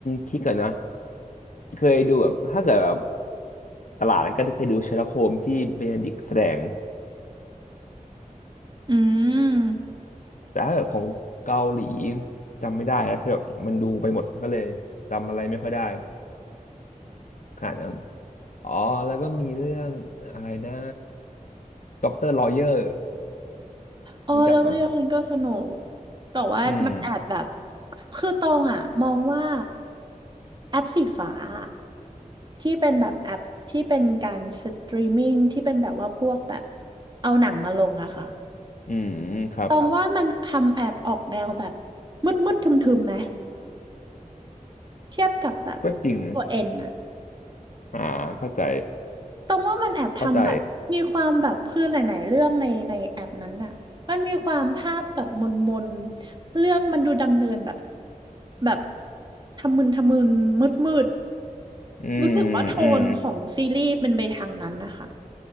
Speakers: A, on the left; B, on the right.
A: คิดก่อนนะเคยดูแบบถ้าเกิดแบบตลาดแล้วก็เคยดูเชอร์ล็อกโฮมที่เบนดิกต์แสดง
B: อืม
A: แต่ถ้าเกิดของเกาหลีจำไม่ได้อะคือแบบมันดูไปหมดก็เลยจำอะไรไม่ค่อยได้ขนาดนั้นอ๋อแล้วก็มีเรื่องอะไรนะด็อกเตอร์ลอเยอร์
B: อ๋อแล้วก็ยกมันก็สนุก
A: รู้จักไหม
B: แต่ว่ามันแอบแบบ
A: อืม
B: คือตองอ่ะมองว่าแอปสีฟ้าอะที่เป็นแบบแอปที่เป็นการสตรีมมิ่งที่เป็นแบบว่าพวกแบบเอาหนังมาลงอะค่ะ
A: อืมครับ
B: ตอคงรับว่ามันทำแอบออกแนวแบบมืดมืดทึมทึมๆไหมเทียบกับแบบ
A: ก็จริง
B: ตัวเอ็นอะ
A: อ่าเข้าใจ
B: ตรงว่ามันแอบทำแบบมีความแบบคือหลายๆเรื่องในในแอปนั้นน่ะมันมีความภาพแบบมนมน
A: เข้าใจ
B: เรื่องมันดูดำเนินแบบแบบทำมึนทำมึนมืดมืด
A: อืม
B: รู้สึกว่าโทนของซีรีส์เป็นไปทางนั้นนะคะ
A: อืม